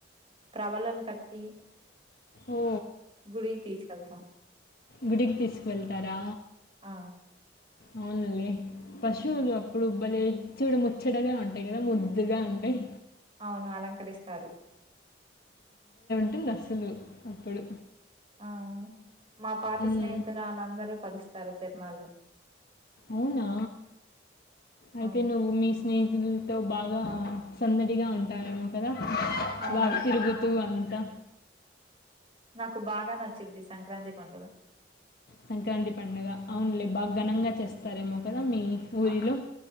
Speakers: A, on the right; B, on the left.
A: వలను కట్టి
B: ఓ
A: గుడికి తీసుకెళ్తాం
B: గుడికి తీసుకువెళ్తారా
A: ఆ!
B: అవునులే పశువులు అప్పుడు బలే చూడ ముచ్చటగా ఉంటాయి కదా ముద్దుగా ఉంటాయి
A: అవును అలంకరిస్తారు
B: ఇన్ అస్సలు అప్పుడు
A: ఆ మా పాత
B: ఉమ్,
A: స్నేహితులు వాళ్ళందరూ కలుస్తారు తిర్నాల్లో
B: అవునా అయితే
A: అవును.
B: నువ్వు మీ స్నేహితులుతో బా బా సందడిగా ఉంటారేమో కదా
A: అవును.
B: బాగా తిరుగుతూ
A: ఆ!
B: అంతా
A: నాకు బాగా నచ్చిద్ది సంక్రాంతి పండుగ
B: సంక్రాంతి పండగ అవునులే బాగా ఘనంగా చేస్తారేమో క దా మీ ఊరిలో
A: ఆ!